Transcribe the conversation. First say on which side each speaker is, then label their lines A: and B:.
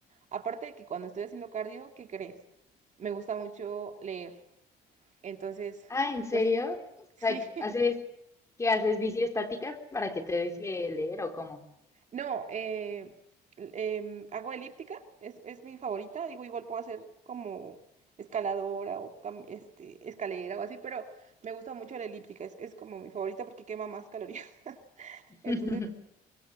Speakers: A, on the right; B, on the left.
A: Aparte de que cuando estoy haciendo cardio, ¿qué crees? Me gusta mucho leer. Entonces,
B: Ah, ¿en serio?
A: pues
B: O
A: sí.
B: sea,
A: <laughs>
B: ¿haces, qué haces, bici estática para que te deje leer o cómo?
A: No, eh, em, hago elíptica, es, es mi favorita. Digo, igual puedo hacer como escaladora o cam- este, escalera o así, pero me gusta mucho la elíptica, es, es como mi favorita porque quema más calorías. <laughs>
B: <laughs>
A: Entonces,